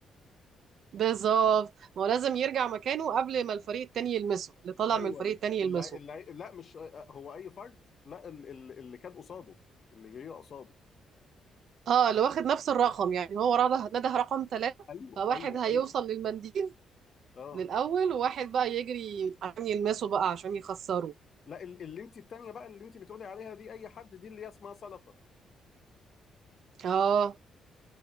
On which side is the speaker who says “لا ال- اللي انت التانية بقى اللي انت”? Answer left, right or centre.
Left